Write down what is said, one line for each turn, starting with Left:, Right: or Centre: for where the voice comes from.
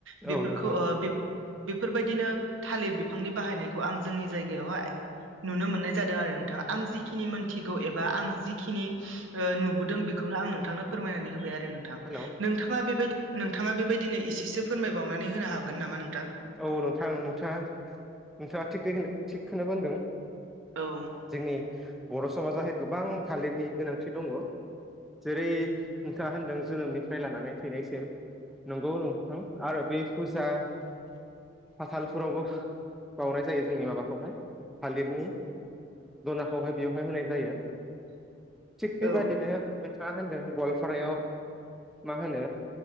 Right: बेफोरखौ
Centre: औ नंगौ
Right: ओ बे बेफोरबायदिनो थालिर बिफांनि बाहायनायखौ आं जोंनि जायगायावहाय नुनो मोननाय जादों आरो नोंथाङा, आं जिखिनि मोनथिगौ एबा आं जिखिनि ओ नुबोदों बेखौ नो आं नोंथांनो फोरमायनानै होबाय आरो। नोंथां।
Centre: हेल'
Right: नोंथाङा बेबायदि नोंथाङा बेबायदिनो एसेसो फोरमायबावनानै होनो हागोन नामा नों
Centre: औ नोंथां नोंथाङा नोंथाङा। थिग बेबायदिनो थिग खौनो बुंदों।
Right: औ
Centre: जोंनि बर' समाजाहाय गोबां थालिरनि गोनांथि दङ। जेरै नोंथाङा होनदों जोनोमनिफ्राय लानानै थैनायसिम नंगौ नोंथां आरो बै फुजा फाथालफोरावबो बाउनाय जायो जोंनि माबा खौहाय थालिरनि दनाखौहाय बेवहाय होनाय जायो। थिग बेबादिनो
Right: औ
Centre: नोंथाङा होनदों गवालपारायाव मा होनो